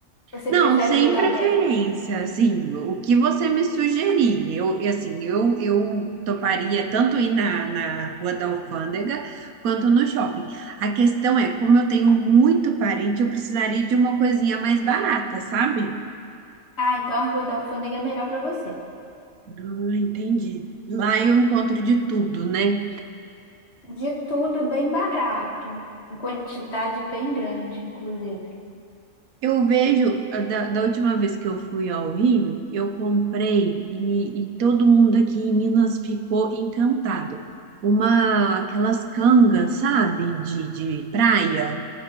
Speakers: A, on the left (about 50°); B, on the right (about 90°).
A: Você
B: Não,
A: prefere
B: sem
A: um lugar
B: preferência,
A: aberto?
B: assim, o que você me sugerir, eu, e assim, eu, eu toparia tanto ir na, na Rua da Alfândega quanto no shopping. A questão é, como eu tenho muito parente, eu precisaria de uma coisinha mais barata, sabe?
A: Ah, então a Rua da Alfândega é melhor para você.
B: Ah, entendi. Lá eu encontro de tudo, né?
A: De tudo bem barato, em quantidade bem grande, inclusive.
B: Eu vejo, eh, da, da última vez que eu fui ao Rio, eu comprei e, e todo mundo aqui em Minas ficou encantado. Uma, aquelas cangas, sabe, de, de praia.